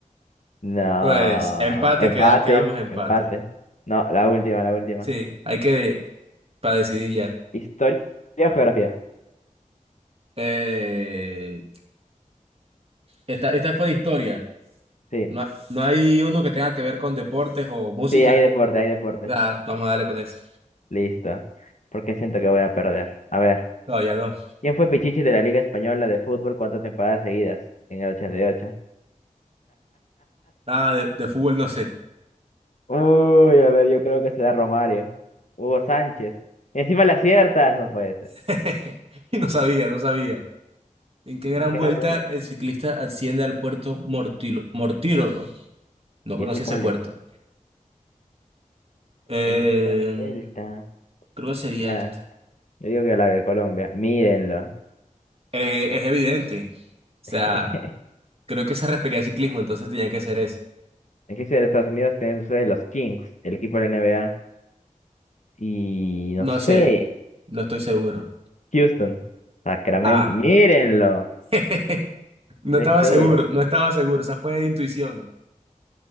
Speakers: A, on the left; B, on the right.
A: No,
B: Pues, empate,
A: empate,
B: queda- quedamos empate.
A: empate. No, la última, la última.
B: Sí, hay que para decidir ya.
A: His- Historia o geografía.
B: Eh, esta, esta fue de historia.
A: Sí,
B: No, ha- no hay uno que tenga que ver con deportes o música.
A: sí, hay deporte, hay deporte.
B: Ah, vamos a darle con eso.
A: Listo. Porque siento que voy a perder. A ver,
B: No, ya no.
A: ¿quién fue Pichichi de la Liga Española de Fútbol cuántas temporadas seguidas? En el 88.
B: Ah, de, de fútbol no sé.
A: Uy, a ver, yo creo que será Romario. Hugo Sánchez. Encima le aciertas, no puede ser.
B: <laughs> No sabía, no sabía. ¿En qué gran
A: ¿En qué
B: vuelta
A: gran vuelta?
B: el ciclista asciende al puerto Mortilo- Mortirolo? No
A: ¿Y
B: conocía
A: ese cuál
B: ese puerto.
A: es?
B: Eh,
A: ¿En qué gran vuelta?
B: creo que sería
A: Nada,
B: este.
A: yo digo que la de Colombia. Mírenlo.
B: Eh, es evidente. O sea,
A: <laughs>
B: creo que se refería al ciclismo, entonces tenía que ser ese.
A: ¿En qué ciudad de Estados Unidos tiene su sede los Kings, el equipo de la N B A Y
B: No
A: no
B: sé,
A: sé,
B: no estoy seguro.
A: Houston, Sacramento,
B: Ah,
A: mírenlo,
B: <laughs> no
A: 3-0.
B: estaba seguro, no estaba seguro. Esa fue de intuición.